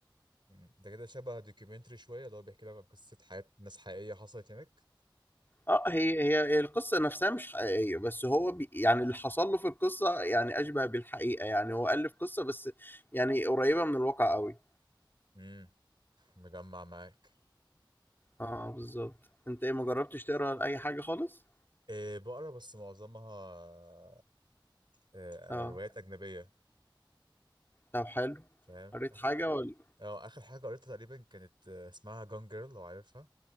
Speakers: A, on the right; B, on the left.
A: مم. ده كده شبه دوكيومنتري شوية اللي هو بيحكي لك عن قصة حياة ناس حقيقية حصلت هناك
B: آه، هي هي هي القصة نفسها مش حقيقية، بس هو ب يعني اللي حصل له في القصة يعني أشبه بالحقيقة، يعني هو ألِّف قصة بس يعني قريبة من الواقع أوي.
A: امم مجمع معاك
B: اه آه، بالظبط انت ايه ما جربتش تقرا اي حاجه خالص
A: إيه بقرا بس معظمها إيه
B: اه
A: روايات أجنبية
B: طب حلو
A: فاهم
B: قريت
A: <laughs> آخر-
B: حاجه ولا
A: اه آخر حاجة قريتها تقريبا كانت آه، اسمها جون جيرل لو عارفها